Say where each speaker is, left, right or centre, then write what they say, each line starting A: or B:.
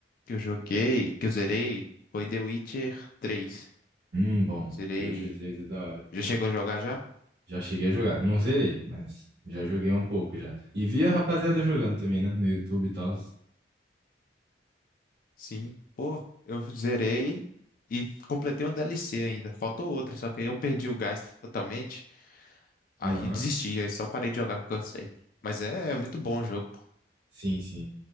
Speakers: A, on the left; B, on the right.
A: que eu joguei, que eu zerei, foi The Witcher três
B: Hum, bom,
A: Zerei.
B: The Witcher três é da hora.
A: Já chegou a jogar já?
B: Já cheguei a jogar. Não zerei, mas já joguei um pouco já. E
A: Sim.
B: vi a rapaziada jogando também, né? No YouTube e tal.
A: Sim. Pô, eu zerei e completei uma DLC ainda. Faltou outra, só que aí eu perdi o gás totalmente. Aí
B: Aham.
A: desisti, aí só parei de jogar que eu cansei. Mas é, é muito bom o jogo.
B: Sim, sim.